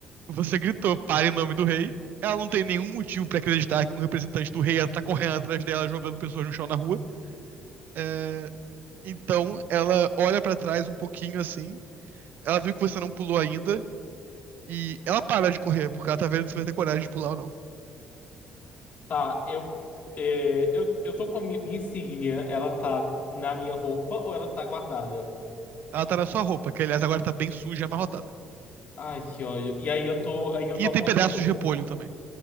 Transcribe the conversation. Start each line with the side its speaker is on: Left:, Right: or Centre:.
Right: Você gritou pare o nome do rei. Ela não tem nenhum motivo pra acreditar que um representante do rei ela tá correndo atrás dela, jogando pessoas no chão na rua. É, então, ela olha pra trás um pouquinho assim. Ela viu que você não pulou ainda. E ela para de correr, porque ela tá vendo se vai ter coragem de pular ou não.
Left: Tá, eu, é, eu, eu tô com a minha, minha insígnia, ela tá na minha roupa ou ela tá guardada?
Right: Ela tá na sua roupa, que aliás agora tá bem suja e amarrotada.
Left: Ai, que ódio. E aí eu tô, aí eu
Right: E
Left: tô apontando...
Right: tem pedaços de repolho também.